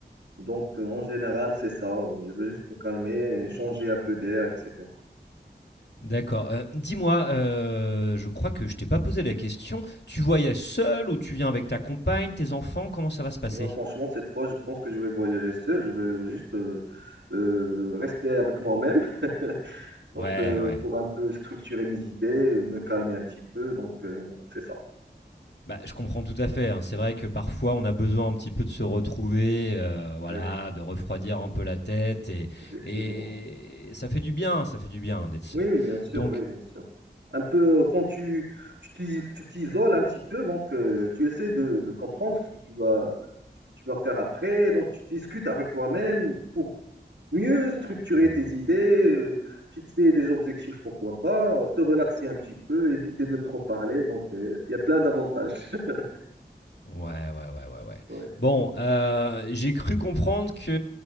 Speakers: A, on the right (about 85°); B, on the left (about 70°).
A: donc, euh, en général, c'est ça. Je veux juste me calmer, et changer un peu d'air, etc.
B: D'accord. Euh, Dis-moi, euh, je crois que je t'ai pas posé la question. Tu voyages seul ou tu viens avec ta compagne, tes enfants Comment ça va se passer
A: Là, franchement, cette fois, je pense que je vais voyager seul. Je vais juste euh, euh, rester avec moi-même. <laughs> Donc,
B: Ouais,
A: euh,
B: ouais.
A: pour un peu structurer mes idées, me calmer un petit peu. Donc, euh, c'est ça.
B: Bah, je comprends tout à fait, hein. C'est vrai que parfois on a besoin un petit peu de se retrouver, heu, voilà,
A: Oui,
B: de refroidir un peu la tête et
A: effectivement.
B: et ça fait du bien, ça fait du bien d'être seul.
A: Oui, oui, bien sûr.
B: Donc
A: Oui, bien sûr. Un peu, euh, quand tu tu t'i- tu t'isoles un petit peu, donc euh, tu essaies de, de comprendre ce que tu vas, ce que tu vas faire après. Donc, tu discutes avec toi-même pour mieux structurer
B: mmh
A: tes
B: mmh.
A: idées, euh, fixer des objectifs, pourquoi pas, te relaxer un petit peu, éviter de trop parler. Donc, euh, il y a plein d'avantages. <laughs>
B: Ouais, ouais, ouais, ouais, ouais.
A: Ouais.
B: Bon, heu, j'ai cru comprendre que,